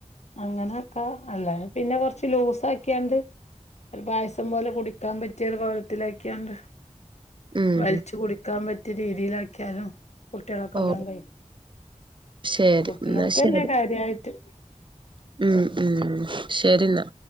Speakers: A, on the left (about 60°); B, on the right (about 40°).
A: അങ്ങനൊക്കാ അന്നേരം പിന്നെ കൊർച്ച് ലൂസാക്ക്യാണ്ട് ഒര് പായസം പോലെ കുടിക്കാം പറ്റിയാെര് കോലത്ത്ലാക്ക്യാണ്ട്
B: ഉം
A: വൽച്ച് കുടിക്കാം പറ്റ്യെ രീതീലാക്ക്യാലും കുട്ട്യേളൊക്കെല്ലാേണം
B: ഓ
A: കഴി
B: ശരി
A: കുട്ടികൾക്ക്ന്നെ
B: എന്നാ ശരി
A: കാര്യായ്ട്ട്
B: ഉം ഉം ഉം ശെരിന്നാ